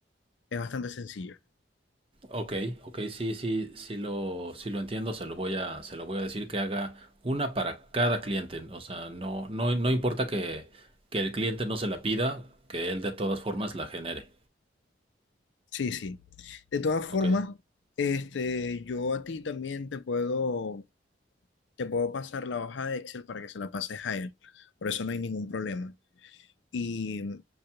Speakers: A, on the left (about 80°); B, on the right (about 30°).
A: Es bastante sencillo.
B: Ok, ok, sí, sí, sí lo, sí lo entiendo, se lo voy a, se lo voy a decir que haga una para cada cliente. O sea, no, no, no importa que, que el cliente no se la pida, que él de todas formas la genere.
A: Sí, sí. De todas formas,
B: Ok.
A: este, yo a ti también te puedo, te puedo pasar la hoja de Excel para que se la pases a él. Por eso no hay ningún problema. Y